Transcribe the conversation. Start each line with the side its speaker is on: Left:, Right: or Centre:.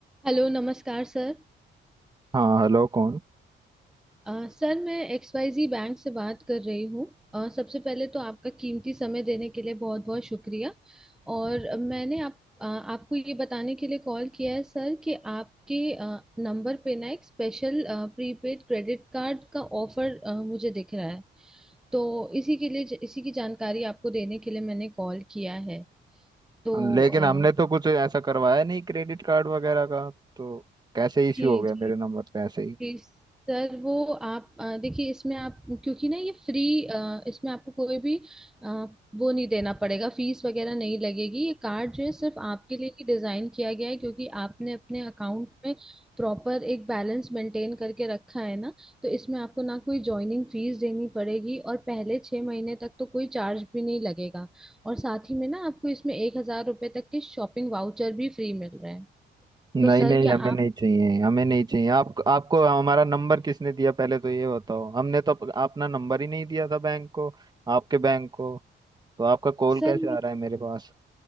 Centre: Hello नमस्कार sir
Right: हाँ हेलो कौन
Centre: अ, Sir मैं एक्स वाई जी bank से बात कर रही हूँ अ, सबसे पहले तो आपका कीमती समय देने के लिए बहुत बहुत शुक्रिया और मैंने आप अ, आपको ये बताने के लिए कॉल किया है सर कि आपके अ, नंबर पे ना एक स्पेशल अ, प्रीपेड क्रेडिट कार्ड का ऑफर अ, मुझे दिख रहा है तो इसी के लिए इसी की जानकारी आपको देने के लिए मैंने कॉल किया है तो
Right: लेकिन
Centre: अ,
Right: हमने तो कुछ ऐसा करवाया नहीं क्रेडिट कार्ड वगैरह का तो कैसे इश्यू
Centre: जी
Right: हो गया
Centre: जी
Right: मेरे नंबर पे ऐसे ही
Centre: जी सर वो आप अ, देखिए इसमें आप क्योंकि ना ये फ्री इसमें आपको कोई भी अ, वो नहीं देना पड़ेगा फीस वगैरह नहीं लगेगी ये कार्ड जो है सिर्फ आपके लिए ही डिजाइन किया गया है क्योंकि आपने अपने अकाउंट में प्रॉपर एक बैलेंस मेंटेन करके रखा है ना तो इसमें आपको ना कोई ज्वाइनिंग फीस देनी पड़ेगी और पहले छह महीने तक तो कोई चार्ज भी नहीं लगेगा और साथ ही में ना आपको इसमें एक हजार रुपये तक के शॉपिंग वाउचर भी फ्री मिल रहे हैं
Right: नहीं
Centre: तो सर
Right: नहीं
Centre: क्या
Right: हमें
Centre: आप
Right: नहीं चाहिए हमें नहीं चाहिए आप आपको हमारा नंबर किसने दिया पहले तो ये बताओ हमने तो अप- अपना नंबर ही नहीं दिया था बैंक को आपके बैंक को तो आपका कॉल
Centre: सर
Right: कैसे आ रहा है मेरे पास